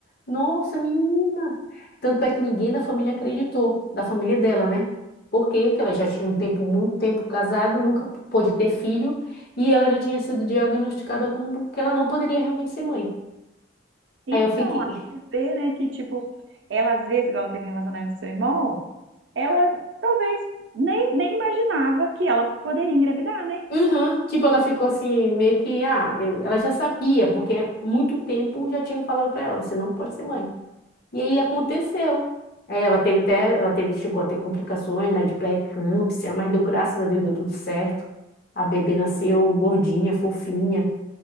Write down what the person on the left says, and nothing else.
nossa, menina. Tanto é que ninguém da família acreditou, da família dela, né? Porque que ela já tinha um tempo, muito tempo casada, nunca pôde ter filho, e ela já tinha sido diagnosticada como que ela não poderia realmente ser mãe.
Aí eu fiquei,
Uhum. Tipo, ela ficou assim, meio que, ah, eu- ela já sabia, porque há muito tempo já tinham falado pra ela, você não pode ser mãe. E aí aconteceu. É, ela teve até, ela teve, chegou a ter complicações, né, de pré-eclâmpsia, mas deu graças a Deus, deu tudo certo. A bebê nasceu gordinha, fofinha.